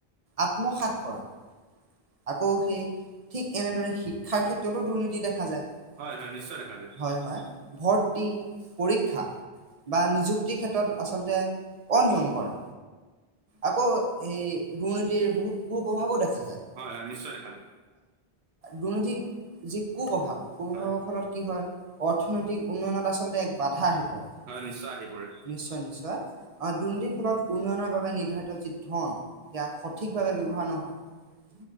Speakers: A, on the right (about 45°); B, on the right (about 90°).
A: আত্মসাত কৰা আকৌ সেই ঠিক এনেদৰে শিক্ষাৰ ক্ষেত্ৰতো দুৰ্নীতি দেখা যায়
B: হয় হয় নিশ্চয় দেখা যায়
A: হয় হয়, ভৰ্তি পৰীক্ষা। বা নিযুক্তিৰ ক্ষেত্ৰত আচলতে অনিয়ম কৰা আকৌ সেই দুৰ্নীতিৰ বহুত কুপ্ৰভাৱো দেখা যায়।
B: হয় হয় নিশ্চয় দেখা যায়।
A: দুৰ্নীতিক যি কুপ্ৰভাৱ কুপ্ৰভাৱৰ
B: হয়
A: ফলত কি হয় অৰ্থনৈতিক উন্নয়নত আচলতে বাধা আহি পৰে
B: হয়
A: নিশ্চয়
B: আহি পৰে
A: নিশ্চয় আ দুৰ্নীতি ফলত উন্নয়নৰ বাবে নিৰ্ধাৰিত যি ধন সেয়া সঠিকভাৱে ব্যৱহাৰ নহয়